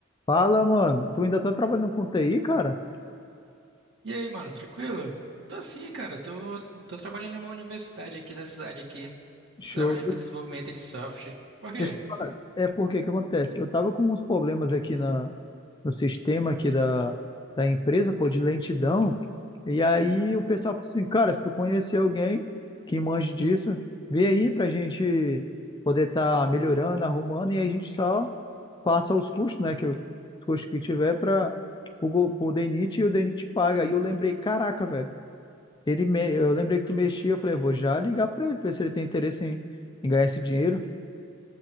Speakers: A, on the left (about 20°); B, on the right (about 65°).
A: Fala, mano. Tu ainda tá trabalhando com TI, cara?
B: E aí, mano, tranquilo? Tô assim, cara, tô, tô trabalhando numa universidade aqui da cidade aqui,
A: Show.
B: trabalhando
A: De-
B: com desenvolvimento de software. Por quê?
A: Deixa eu te falar. É porque que acontece? Eu tava com uns problemas aqui na, no sistema aqui da, da empresa, pô, de lentidão. E aí o pessoal falou assim, cara, se tu conhecer alguém que manje disso, vê aí pra gente poder estar melhorando, arrumando, e aí a gente só passa os custos, né? Que, os custos que tiver para o DENIT e o DENIT paga. Aí eu lembrei, caraca, velho. Ele me... Eu lembrei que tu mexia, eu falei, eu vou já ligar pra ele, ver se ele tem interesse em, em ganhar esse dinheiro.